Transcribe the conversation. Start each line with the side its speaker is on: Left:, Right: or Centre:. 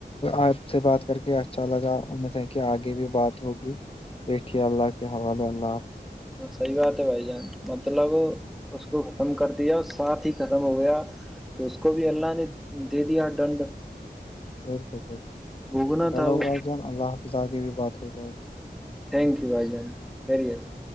Left: آپ سے بات کر کے اچھا لگا امید ہے کہ آگے بھی بات ہوگی دیکھیے اللہ کے حوالے اللہپ
Centre: صحیح بات ہے بھائی جان مطلب اس کو ختم کر دیا ساتھ ہی ختم ہو گیا تو اس کو بھی اللہ نے دے دیا دنڈ
Left: بالکل بالکل
Centre: بھوگنا
Left: چلو
Centre: تھا وہ
Left: وہھائی جان اللہ حافظ آ کے بھی بات ہو جائے گی
Centre: تھینک یو بھائی جان خیری اللہ